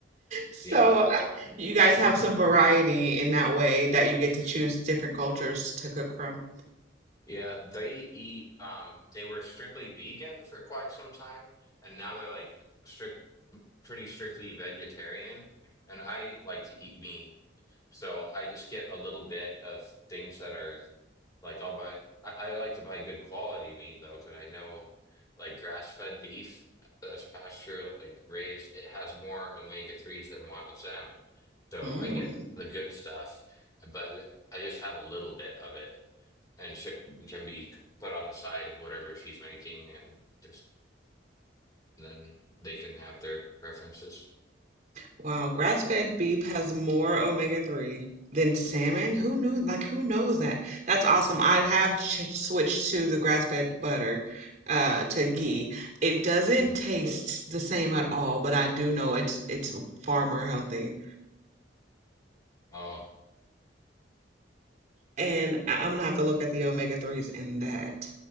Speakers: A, on the right; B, on the left.
A: So
B: Yeah.
A: uh, Yeah. you guys have some variety in that way that you get to choose different cultures to cook from.
B: Yeah, they eat um they were strictly vegan for quite some time and now they're like strict pretty strictly vegetarian and I like to eat meat. So I just get a little bit of things that are like I'll buy I, I like to buy good quality meat though, because I know like grass-fed beef that's pasture like raised it has more omega-3s than wild salmon. So
A: Mm.
B: I get the good stuff but I just have a little bit of it and sh we can be put on the side of whatever she's making, and just then they can have their preferences.
A: Wow, grass-fed beef has more omega-3 than salmon. Who knew? Like, who knows that? That's awesome. I have ch switched to the grass-fed butter, uh, to ghee. It doesn't
B: Hmm.
A: taste the same at all, but I do know it's it's far more healthy.
B: Oh,
A: and I- I'm gonna have to look at the omega threes in that